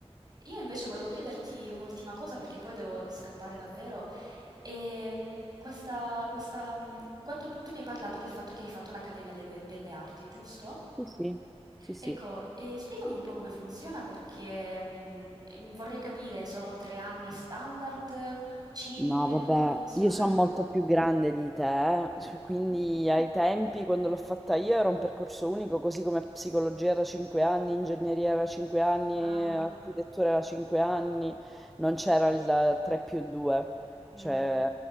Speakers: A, on the right; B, in the centre.
A: Io invece volevo chiederti un'ultima cosa perché poi devo scappare davvero. E questa, questa, mh, quando tu mi hai parlato del fatto che hai fatto l'Accademia delle Belle Arti, giusto?
B: Sì, sì, sì, sì.
A: Ecco, e spiegami un po' come funziona perché mh, eh, vorrei capire, sono tre anni standard, cinque,
B: No, vabbè,
A: come funziona?
B: io sono molto più grande di te, eh. Cioè, quindi
A: <laughs>
B: ai tempi quando l'ho fatta io era un percorso unico, così come psicologia era 5 anni, ingegneria era 5 anni,
A: Ah,
B: architettura era 5 anni, non c'era il 3 più 2,
A: mm,
B: cioè